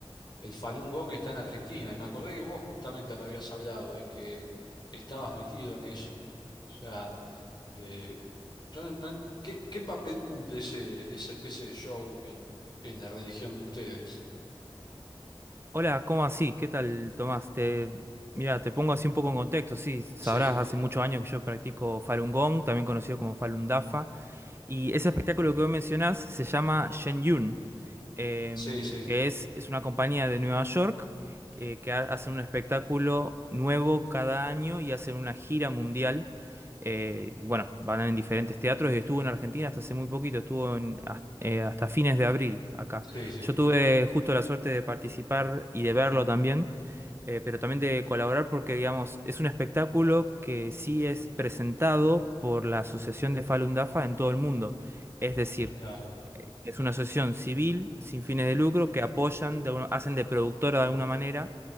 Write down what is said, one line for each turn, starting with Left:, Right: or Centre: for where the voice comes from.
Left: el Falun Gong está en Argentina, y me acordé que vos justamente me habías hablado de que estabas metido en eso. O sea, eh, yo no- no- ¿qué, qué papel cumple ese, esa especie de show en, en la religión de ustedes?
Right: Hola, ¿cómo así? ¿Qué tal, Tomás? Te, mira, te pongo así un poco en contexto. Sí, sabrás,
Left: Sí, sí.
Right: hace muchos años que yo practico Falun Gong, también conocido como Falun Dafa, y ese espectáculo que vos mencionás se llama Shen Yun, em,
Left: Sí, sí,
Right: que es, es una compañía de Nueva York eh, que ha- hacen un espectáculo nuevo cada año y hacen una gira mundial. Eh, bueno, van en diferentes teatros y estuvo en Argentina hasta hace muy poquito, estuvo en- has- eh, hasta fines de abril acá.
Left: sí, sí,
Right: Yo tuve justo la suerte de participar y de verlo también, eh, pero también de colaborar porque, digamos, es un espectáculo que sí es presentado por la Asociación de Falun Dafa en todo el mundo. Es decir,
Left: claro,
Right: que es una asociación civil sin fines de lucro que apoyan, de alguna- hacen de productora de alguna manera,